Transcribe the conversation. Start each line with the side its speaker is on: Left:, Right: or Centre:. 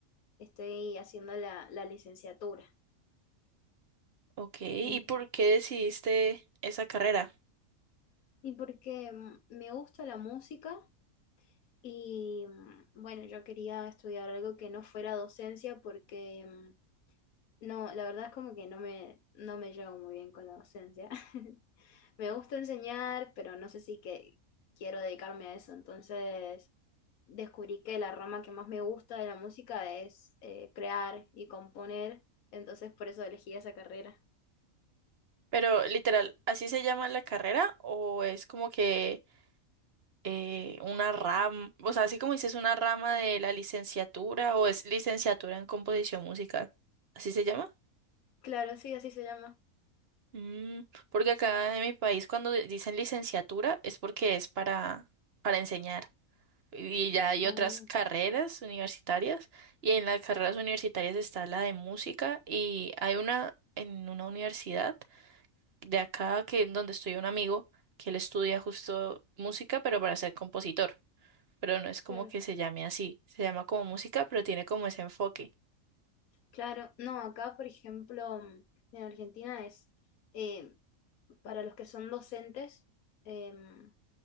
Left: Estoy haciendo la, la licenciatura.
Right: Ok, ¿y
Left: Eh,
Right: por qué decidiste esa carrera?
Left: y porque mm, me gusta la música y mm, bueno, yo quería estudiar algo que no fuera docencia porque mm, no, la verdad es como que no me, no me llevo muy bien con la docencia. <laughs> me gusta enseñar, pero no sé si que quiero dedicarme a eso. Entonces descubrí que la rama que más me gusta de la música es eh, crear y componer. Entonces por eso elegí esa carrera.
Right: Pero literal, ¿así se llama la carrera o es como que eh, una rama, o sea, así como dices, una rama de la licenciatura o es licenciatura en composición musical. ¿Así se llama?
Left: Claro, sí, así se llama.
Right: Mm, porque acá en mi país cuando di- dicen licenciatura es porque es para, para enseñar. Y ya hay
Left: Ah,
Right: otras carreras universitarias y en las carreras universitarias está la de música y hay una en una universidad de acá que donde estudia un amigo que él estudia justo música pero para ser compositor. pero no es como
Left: claro.
Right: que se llame así. Se llama como música, pero tiene como ese enfoque.
Left: Claro, no, acá por ejemplo mm, en Argentina es eh, para los que son docentes em,